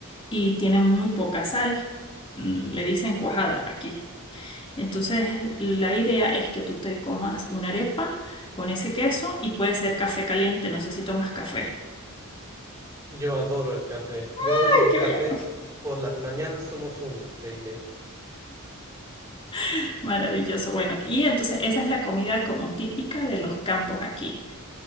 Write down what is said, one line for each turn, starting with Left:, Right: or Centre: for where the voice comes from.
Left: y tiene muy poca sal. Mm, Le dicen cuajada aquí. Entonces, la idea es que tú te comas una arepa con ese queso y puede ser café caliente. No sé si tomas café.
Right: Yo adoro el café. Yo
Left: ¡Ay,
Right: y el
Left: qué
Right: café
Left: bien!
Right: por las mañanas somos uno, te diré.
Left: <laughs> Maravilloso. Bueno, y entonces esa es la comida como típica de los campos aquí.